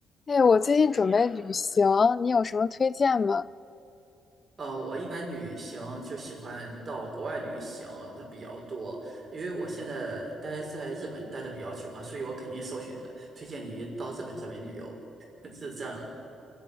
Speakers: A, on the left; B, on the right.
A: 哎，我最近准备旅行，
B: 啊你好，
A: 你有什么推荐吗？
B: 呃，我一般旅行就喜欢到国外旅行的比较多，因为我现在待在日本待的比较久嘛，所以我肯定首选推荐你到日本这边旅游，<laughs> 是这样的。